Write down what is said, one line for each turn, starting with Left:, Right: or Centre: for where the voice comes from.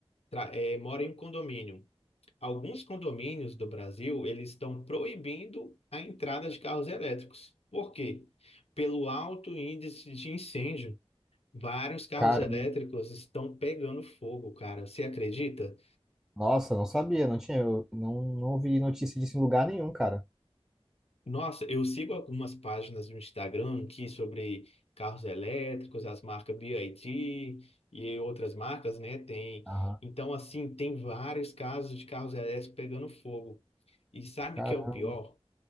Left: tra- eh, mora em um condomínio alguns condomínios do Brasil, eles estão proibindo a entrada de carros elétricos. Por quê? Pelo alto índice de incêndio, vários carros
Centre: Cara,
Left: elétricos estão pegando fogo, cara. Você acredita?
Centre: nossa, não sabia, não tinha, eu não, não ouvi notícia disso em lugar nenhum, cara.
Left: Nossa, eu sigo algumas páginas no Instagram aqui sobre carros elétricos, as marcas BYD e outras marcas, né? Tem.
Centre: Aham.
Left: Então, assim, tem vários casos de carros elétricos pegando fogo. E sabe
Centre: Caramba.
Left: o que é o pior?